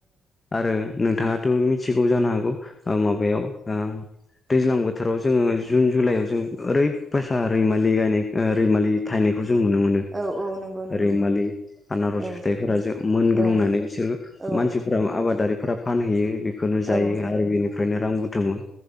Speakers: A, on the left (about 25°); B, on the right (about 15°).
A: आरो नोंथाङाथ' मिथिगौ जानो हागौ माबायाव ओ दैज्लां बोथोराव जोङो जुन जुलाइआव जों ओरैबायासा रैमालि गायनाय रैमालि थायनायखौ जों नुनो मोनो।
B: औ औ नंगौ नंगौ
A: रैमालि आनारस
B: औ
A: फिथाइफोरा जों मोनग्लुंनानै
B: औ
A: बिसो
B: औ
A: मानसिफोरा आबादारिफोरा फानहैयो बेखौनो जायो
B: औ
A: आरो बिनो निफायनो रां बुथुमो